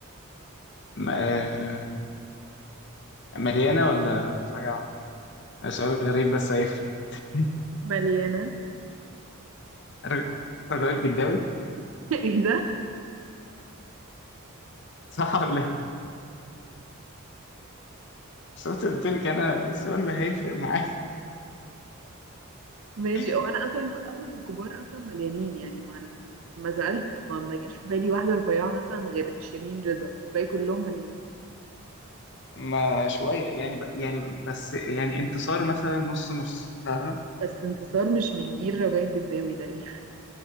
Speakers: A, on the left (about 55°); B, on the right (about 75°).
A: م- آه مليانة ولا رفيعة؟ سؤال غريب بس هيفرق <laughs>
B: مليانه
A: رج- رجاء الجداوي <laughs>
B: <laughs> ايه ده
A: صح ولا ايه؟ بس أنت قلت لك انا السؤال ده هيفرق معايا
B: ماشي
A: <laughs>
B: هو انا اصلا ك- اغلب الكبار اصلا مليانين يعني ما انا ما سالت ما ما جاش في بالي واحده رفيعه مثلا غير شيرين رضا الباقي كلهم مليانين
A: ما شويه يعني ب... يعني بس يعني انتصار مثلا نص نص فاهمة؟
B: بس انتصار مش من جيل رجاء الجداوي تقريبا